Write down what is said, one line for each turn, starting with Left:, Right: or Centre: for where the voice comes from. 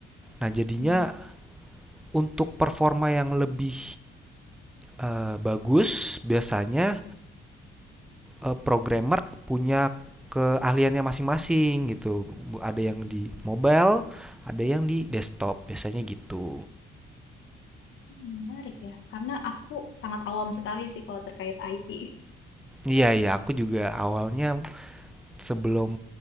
Centre: Nah jadinya
Left: Hmm,
Centre: untuk performa yang lebih Eee, bagus, biasanya, eee, programmer punya keahliannya masing-masing gitu. ada yang di mobile, ada yang di desktop, biasanya gitu.
Left: menarik ya, karena aku sangat awam sekali sih kalau terkait IT.
Centre: Iya iya, aku juga awalnya sebelum,